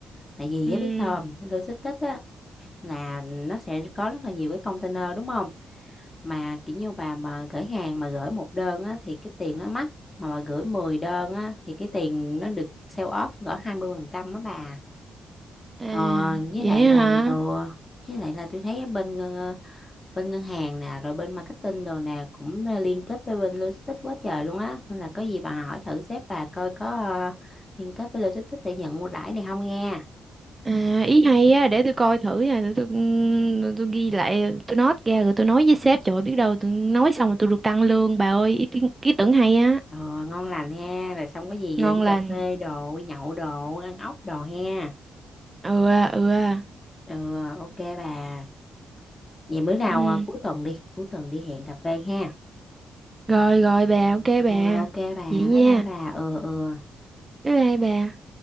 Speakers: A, on the left; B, on the right.
A: tại vì
B: Ừ.
A: á biết sao không logistics á là nó sẽ có rất là nhiều cái container đúng không mà kiểu như bà mà gửi hàng mà gửi một đơn á, thì cái tiền nó mắc mà bà gửi 10 đơn á, thì cái tiền nó được sale off cỡ 20% á bà
B: À,
A: ờ, với
B: vậy
A: lại
B: hả?
A: là ừ, với lại là tôi thấy bên ngân- ờ, bên ngân hàng nè rồi bên marketing đồ nè cũng ờ, liên kết với bên logistics quá trời luôn á nên là có gì bà hỏi thử sếp bà coi có ờ, liên kết với logistics để nhận ưu đãi này không nghe
B: À, ý hay á, để tôi coi thử nha, để tôi, tôi, tôi ghi lại, tôi note ra rồi tôi nói với sếp, trời ơi, biết đâu tôi nói xong rồi tôi được tăng lương, bà ơi, ý, tưởng- ý tưởng hay á,
A: Ờ, ngon lành ha rồi xong có gì
B: ngon
A: ờ, đi cà
B: lành,
A: phê đồ đi nhậu đồ ăn ốc đồ ha
B: ừ, à, ừ, à.
A: ừ ờ, ok bà vậy bữa nào
B: ừ,
A: à, cuối tuần đi cuối tuần đi hẹn cà phê ha
B: rồi, rồi bà, ok bà,
A: ừ ok bà bye
B: vậy nha,
A: bye Ok. bà ừ ừ
B: bye bye bà.